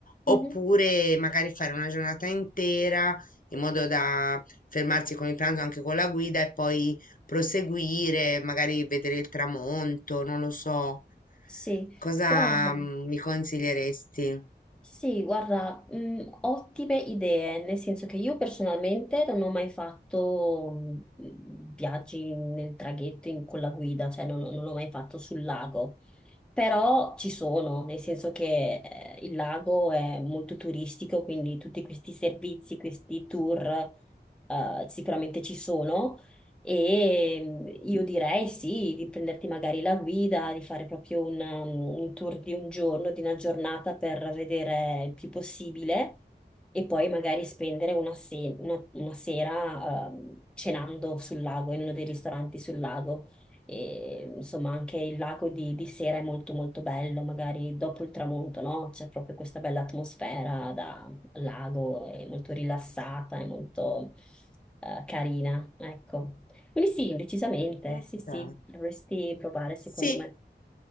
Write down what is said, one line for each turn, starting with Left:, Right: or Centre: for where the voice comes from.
Centre: mhm.
Left: oppure magari fare una giornata intera in modo da fermarsi con il pranzo anche con la guida e poi proseguire, magari vedere il tramonto, non lo so.
Centre: Sì,
Left: Cosa,
Centre: guarda.
Left: mm, mi consiglieresti?
Centre: Sì, guarda, mh, ottime idee, nel senso che io personalmente non ho mai fatto mh, viaggi nel traghetto in- con la guida, cioè non, non l'ho mai fatto sul lago. Però ci sono, nel senso che eh, il lago è molto turistico, quindi tutti questi servizi, questi tour eh, sicuramente ci sono. E mm, io direi sì, di prenderti magari la guida, di fare proprio un, um, un tour di un giorno, di una giornata per vedere il più possibile e poi magari spendere una, se- una- una sera ehm, cenando sul lago, in uno dei ristoranti sul lago. E, insomma, anche il lago di, di sera è molto molto bello, magari dopo il tramonto, no? C'è proprio questa bella atmosfera da lago, è molto rilassata, è molto eh, carina, ecco. Quindi sì, decisamente,
Left: Ok.
Centre: sì, sì, dovresti provare secondo
Left: Sì.
Centre: me.